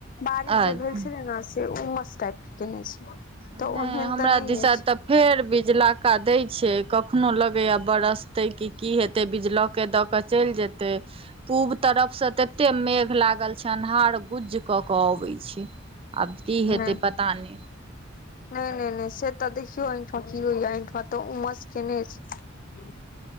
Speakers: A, on the left; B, on the right.
A: बारिश
B: अ
A: जे भेल छेलै ने से उम्मस टाइप के केने छै
B: नहि
A: तऽ ओहन
B: हमरा
A: तऽ नहि
B: दिशा
A: अछि।
B: तऽ फेर बिजलाका दै छै कखनो लगैये बरसतै की की हेतै बिजलौक के दऽ कऽ चलि जेतै पूब तरफ सँ तत्ते मेघ लागल छै अन्हार गुज्ज कऽ कऽ अबै छै। आब की हेतै
A: नहि
B: पता नहि।
A: नहि नहि नहि से तऽ देखियौ एहिठुमा की होइये एहिठुमा तऽ उमस केने छै